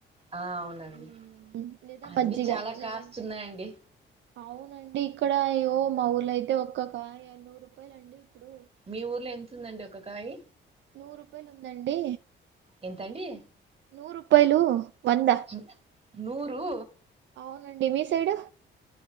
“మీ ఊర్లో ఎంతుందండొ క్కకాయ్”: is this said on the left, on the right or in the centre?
Right